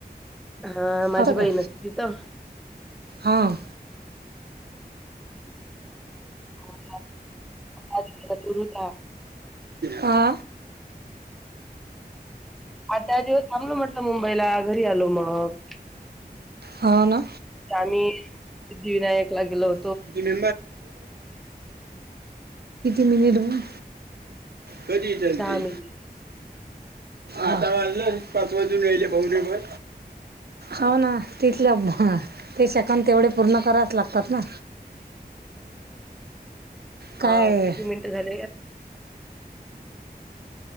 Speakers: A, in the centre; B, on the right (about 75°).
A: हां, माझी
B: असं काय
A: बहीण असते तिथं.
B: हां.
A: <inaudible>
B: हा.
A: आठ, दहा दिवस थांबलो म्हटलं मुंबईला, घरी आलो मग.
B: हो ना
A: आम्ही सिद्धिविनायक ला गेलो हो
B: <inaudible> किती मिनिट बोले? कधी येत्याल ते?
A: मिनिट
B: आता वाजलं, पाच वाजून रायले पाहुणेवर हो ना, तिथले ते सेकंद तेवढे पूर्ण करावच लागतात ना.
A: <unintelligible>
B: काय
A: हा, किती मिनटं झाले?